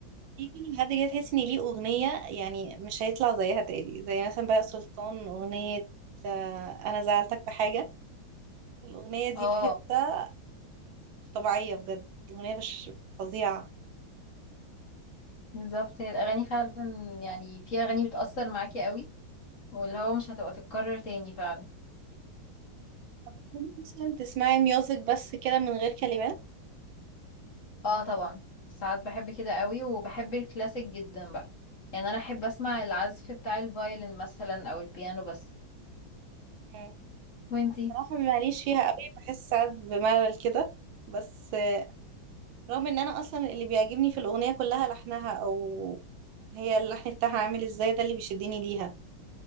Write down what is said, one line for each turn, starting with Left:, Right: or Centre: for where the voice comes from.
Right: في كل حد كده تحس ان ليه اغنية يعني مش هيطلع زيها تاني زي مثلا بقى سلطان اغنية آه، انا زعلتك بحاجة الاغنية دي
Left: اه
Right: في حتة مش طبيعية بجد اغنية مش فظيعة
Left: بالظبط هي الأغاني فعلا يعني في أغاني بتأثر معاكي قوي واللي هو مش هتبقى تتكرر تاني فعلا
Right: طب بتحبي مثلا تسمعي ميوزك بس كده من غير كلمات
Left: اه طبعا ساعات بحب كده قوي وبحب الكلاسيك جدا بقى يعني انا احب اسمع العزف بتاع الفايلن مثلا او البيانو بس
Right: مم.
Left: وانتي
Right: صراحة ماليش فيها قوي بحس ساعات بملل كده بس آه، رغم ان انا اصلا اللي بيعجبني في الاغنية كلها لحنها او هي اللحن بتاعها عامل ازاي ده اللي بيشدني ليها